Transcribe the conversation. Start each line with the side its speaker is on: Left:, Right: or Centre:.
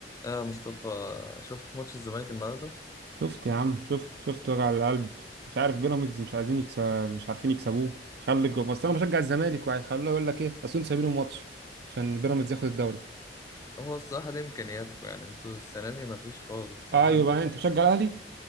Left: اه مصطفى شفت ماتش الزمالك النهارده
Right: شفت يا عم شفت شفت وجع القلب مش عارف بيراميدز مش عايزين يكسب مش عارفين يكسبوه خلوا الجو- بس انا بشجع الزمالك وهيخلوه يقول لك ايه بس انتوا سايبينه ماتش عشان بيراميدز ياخد الدوري
Left: هو الصراحه دي امكانياتكم يعني انتوا السنه دي مفيش خالص
Right: ايوه
Left: يعني
Right: بقى انت بتشجع الاهلي